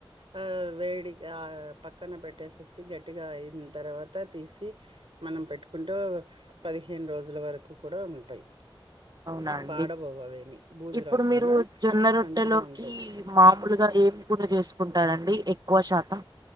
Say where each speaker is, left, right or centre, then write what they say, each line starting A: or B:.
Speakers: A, on the right; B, on the right.
A: ఆ వేడి ఆ పక్కన పెట్టేసేసి గట్టిగా అయిన తర్వాత తీసి మనం పెట్టుకుంటూ పదిహేను రోజుల వరకు కూడా ఉంటాయి
B: అవునా అండి
A: పాడబోవు అవేమి. బూజు
B: ఇప్పుడు
A: రాకుండా
B: మీరు జొన్న రొట్టె
A: మంచిగా
B: రొట్టె లోకి
A: ఉంటాయి.
B: మామూలుగా ఏం కూర చేసుకుంటారండి ఎక్కువ శాతం